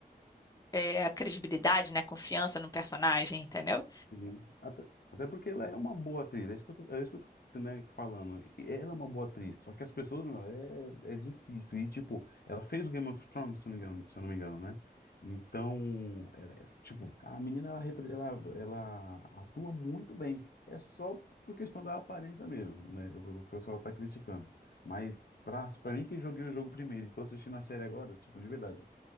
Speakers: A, on the left (about 20°); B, on the left (about 75°).
A: é, a credibilidade, né? a Confiança no personagem, entendeu?
B: Sim. Até, até porque ela é uma boa atriz, é isso que eu tô, é isso que eu tô, né, falando. E Ela é uma boa atriz, só que as pessoas, meu, é, é difícil. E, tipo, ela fez o Game of Thrones, se não me engano, se eu não me engano, né? Então, ela é- tipo, a menina, ela, repre- ela, ela atua muito bem. É só por questão da aparência mesmo, né? O o pessoal tá criticando. Mas, pra, pra mim que joguei o jogo primeiro e tô assistindo a série agora, tipo, de verdade.